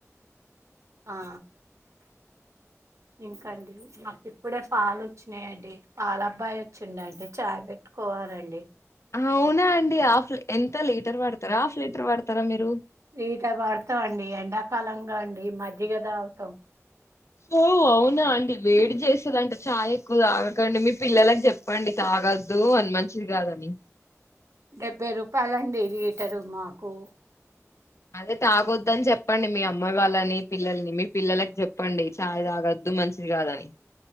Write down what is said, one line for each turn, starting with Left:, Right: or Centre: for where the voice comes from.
Right: ఆ ఇంకాండి మాకు ఇప్పుడే పాలు వచ్చినాయండి పాల అబ్బాయి వచ్చిండండి చాయ్ పెట్టుకోవాలండి
Left: అవునా అండి హాఫ్ ఎంత లీటర్ వాడతారా హాఫ్ లీటర్ వాడతారా మీరు
Right: లీటర్ వాడతాం అండి ఎండాకాలంగా అండి మజ్జిగ దాగ్ తం
Left: ఓ అవునా అండి వేడి చేస్తదంటే చాయ ఎక్కువ తాగకండి మీ పిల్లలకి చెప్పండి తాగొద్దు అని మంచిది కాదని
Right: డెబ్బై రూపాయలండి లీటరు మాకు
Left: అదే తాగొద్దని చెప్పండి మీ అమ్మాయి వాళ్ళని పిల్లలని మీ పిల్లలకి చెప్పండి చఛాయ్ తాగొద్దు మంచిది కాదని